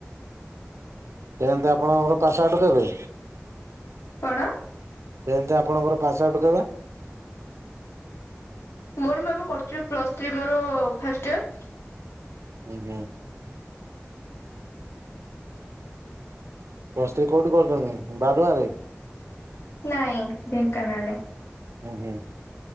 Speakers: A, on the right (about 70°); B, on the left (about 60°).
A: ଟେନ୍ଥ ଆପଣଙ୍କର ପାସ ଆଉଟୁ କେବେ,?
B: କଣ?
A: ଟେନେଥେ ଆପଣଙ୍କର ପାସ ଆଉଟୁ କେବେ?
B: ମୋର ମୁଁ ଏବେ କରୁଚି ପ୍ଲସ ଥ୍ରୀ ମୋର ଫାଷ୍ଟ ଇୟର।
A: ହୁଁ ହୁଁ। ପ୍ଲସଥ୍ରୀ କୋଉଠି କରୁଚନ୍ତି ବାରୁଆଁରେ?
B: ନାଇଁ ଢେଙ୍କାନାଳରେ।
A: ହୁଁ ହୁଁ